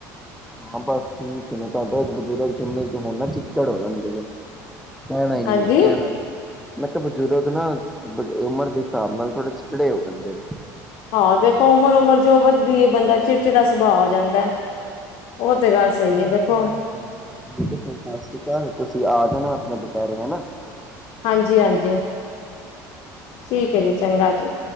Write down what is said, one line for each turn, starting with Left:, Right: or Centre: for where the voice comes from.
Centre: <unintelligible> ਬਜ਼ੁਰਗ ਜਿੰਨੇ ਹੁਣ ਨਾ ਚਿਚੜ ਹੋ ਜਾਂਦੇ ਕਹਿਣਾ ਨੀ
Left: ਹਾਂਜੀ
Centre: ਕਹਿਣਾ ਨੀ ਮੈਂ ਕਿਹਾ ਬਜ਼ੁਰਗ ਉਮਰ ਦੇ ਹਿਸਾਬ ਨਾਲ ਥੋੜੇ ਚਿਚੜੇ ਹੋ ਜਾਂਦੇ ਨੇ
Left: ਹਾਂ ਦੇਖੋ ਉਮਰ ਉਮਰ ਜੋ ਵਧਦੀ ਹੈ ਬੰਦਾ ਚਿੜਚਿੜਾ ਸੁਭਾਅ ਹੋ ਜਾਂਦਾ ਉਹ ਤੇ ਗੱਲ ਸਹੀ
Centre: ਚਲੋ
Left: ਹੈ ਦੇਖੋ
Centre: ਕੋਈ ਸਤਿ ਸ੍ਰੀ ਅਕਾਲ ਤੁਸੀਂ ਆ ਜਾਣਾ <unintelligible>
Left: ਹਾਂਜੀ ਹਾਂਜੀ ਠੀਕ ਹੈ ਜੀ ਚੰਗਾ ਜੀ